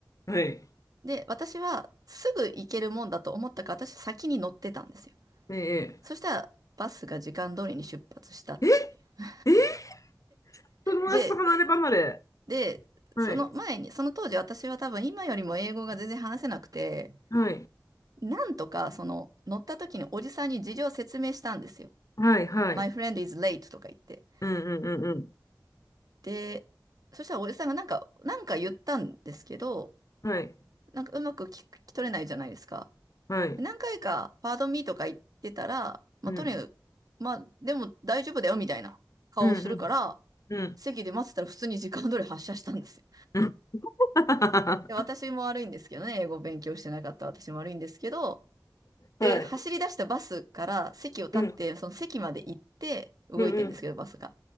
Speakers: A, on the left; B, on the right.
A: はい。
B: で、私はすぐ行けるもんだと思ったから、私先に乗ってたんですよ。
A: ええ、
B: そしたら、バスが時間通りに出発したっていう。
A: ええ、友達と離れ離れ。
B: で、で、
A: はい。
B: その前に、その当時私は多分今よりも英語が全然話せなくて、
A: はい。
B: なんとかその乗った時におじさんに事情を説明したんですよ。
A: はい、はい。
B: My friend is late とか言って。
A: うん、うん、うん、うん。
B: で、そしたらおじさんがなんか、なんか言ったんですけど、
A: はい。
B: なんかうまく聞き取れないじゃないですか。
A: はい。
B: 何回かパードミーとか行ってたら、まあ、
A: うん、
B: とにかく、まあ、でも大丈夫だよみたいな顔をするから、
A: うん、うん、
B: 席で待ってたら普通に時間通り発車したんですよ。
A: うん。<laughs> は
B: で、私も悪いんですけどね、英語勉強してなかった私も悪いんですけど、で、
A: い。
B: 走り出したバスから席を立って、
A: うん、
B: その席まで行って動いてんですけど、
A: うん、うん。
B: バスが。